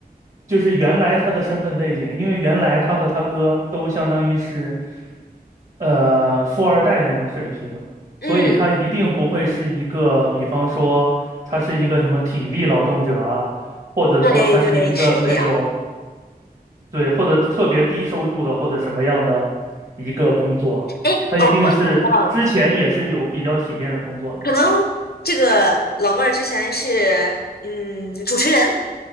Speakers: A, on the right; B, on the left.
A: 就是原来他的身份背景，因为原来他和他哥都相当于是，呃，富二代那种水平，
B: 嗯，
A: 所以他一定不会是一个，比方说他是一个什么体力劳动者啊，或者说他是一个那种，
B: 对对，是这样。
A: 对，或者特别低收入的或者什么样的一个工作，
B: 哎，
A: 他一定是之前也是有比较体面的工作的，
B: 哦，我想到了，可能这个老妹儿之前是嗯主持人。